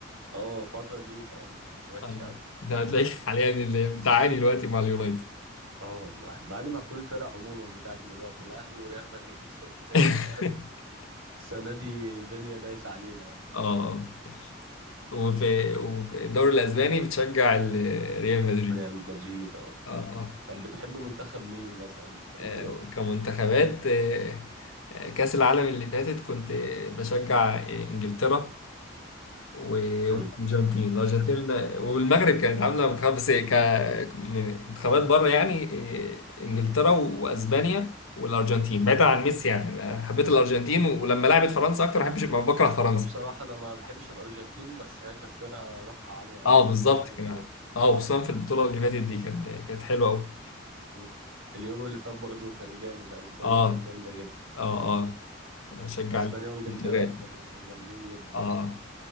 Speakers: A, on the right; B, on the left.
A: اه الفترة دي فاهم وحشة
B: آه،
A: اوي
B: ده هتلاقيك <laughs> حاليا اللي بتعاني دلوقتي مع اليونايتد
A: اه والله بعاني مع كل الفرق عموما بتاعتي دلوقتي الاهلي وريال مدريد <laughs> واليونايتد
B: <laughs>
A: فاهم السنة دي الدنيا دايسة علينا يعني
B: اه وفي والدوري الاسباني بتشجع ال- ريال مدريد
A: ريال مدريد اه
B: اه آه.
A: طب بتحب منتخب مين مثلا في الكورة؟
B: آه، كمنتخبات آه، آه، كأس العالم اللي فاتت كنت آه، بشجع آه، إنجلترا و-
A: مم.
B: والأرجنتين الأرجنتين والمغرب كانت عاملة منتخب بس ك- منتخبات بره يعني آه، إنجلترا وأسبانيا والأرجنتين بعيدا عن ميسي يعني أنا حبيت الأرجنتين ولما لعبت فرنسا أكتر ما بحبش بكره فرنسا
A: وبصراحة أنا ما بحبش الأرجنتين بس هي كانت فرقة روحها عالية أوي
B: أه
A: كانوا
B: بالظبط
A: بيلعبوا
B: كده
A: بروح
B: أه وخصوصا في البطولة اللي فاتت دي كان كانت حلوة أوي
A: مم. اليورو اللي فات برضه كان جامد أسبانيا
B: أه
A: كانت جامدة جدا
B: أه أه أشجع
A: أسبانيا وإنجلترا
B: البرتغال
A: كانوا جامدين جدا
B: اه
A: بصراحة